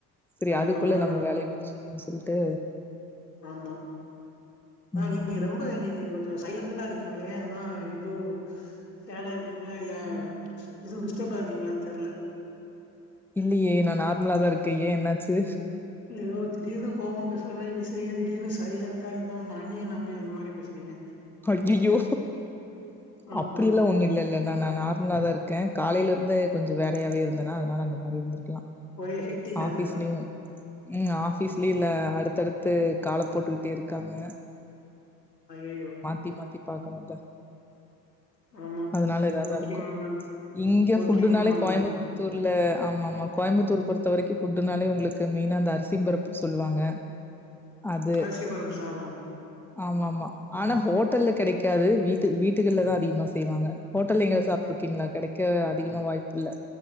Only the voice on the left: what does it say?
ஐயோ
அவ்ளோதா
ஆமா ஆனா
நீங்க ரொம்ப நீ கொஞ்சோ சைலண்டா இருக்கிங்ளே அதா ஏதோ சேடா இருக்கீங்ளா இல்ல எதுவு டிஸ்டர்ப்டா இருக்கிங்ளான் தெரில
நெலோ திடீர்னு கோவமா பேசுற மாரி பேசுறீங்க திடீர்னு சைலண்டாது அந்த அன்னியன் அம்பி வந்த மாரி பேசுறீங்க
ஆமா
ஒரே ஹெக்டிக்கா
இருக்கா
அய்யயோ
ஆமா
ஒர்க்கிங்
உமன்
ஒர்க்கிங்
உமன்ல
அரிசி பருப்பு சாதோ